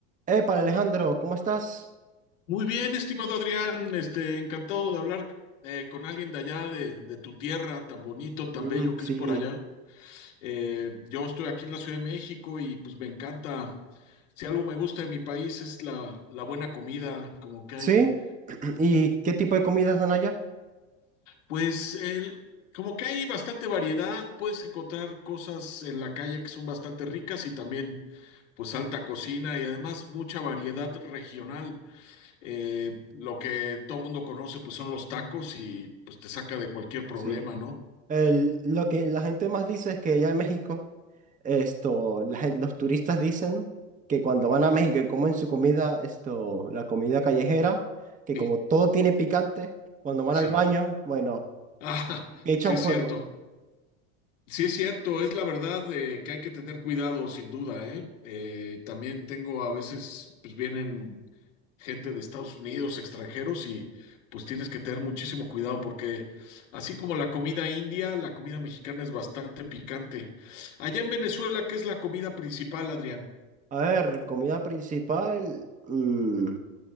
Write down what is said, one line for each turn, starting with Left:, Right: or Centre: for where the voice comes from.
Right: Epa, Alejandro, ¿cómo estás?
Left: Muy bien, estimado Adrián, este, encantado de hablar eh, con alguien de allá, de, de tu tierra, tan bonito, tan
Right: Mm,
Left: bello que
Right: sí,
Left: es por allá. Eh, yo estoy aquí en la Ciudad de México y pues me encanta, si algo me gusta de mi país es la, la buena comida, como que hay,
Right: ¿Sí? <clears throat> ¿Y qué tipo de comidas dan allá?
Left: pues el, como que hay bastante variedad, puedes encontrar cosas en la calle que son bastante ricas y también pues alta cocina y además mucha variedad regional. Eh, lo que todo mundo conoce, pues son los tacos y pues te saca de cualquier problema,
Right: sí.
Left: ¿no?
Right: El- lo que la gente más dice es que allá en México, esto, la gen- los turistas dicen que cuando van a México y comen su comida, esto, la comida callejera, que
Left: Sí,
Right: como todo tiene picante, cuando van
Left: sí.
Right: al baño, bueno,
Left: Ah,
Right: que
Left: <laughs>
Right: echan
Left: sí es
Right: fuego.
Left: cierto. Sí es cierto, es la verdad eh, que hay que tener cuidado, sin duda, ¿eh? Eh, también tengo a veces, pues vienen gente de Estados Unidos, extranjeros, y pues tienes que tener muchísimo cuidado porque así como la comida india, la comida mexicana es bastante picante. Allá en Venezuela, ¿qué es la comida principal, Adrián?
Right: A ver, comida principal. mm,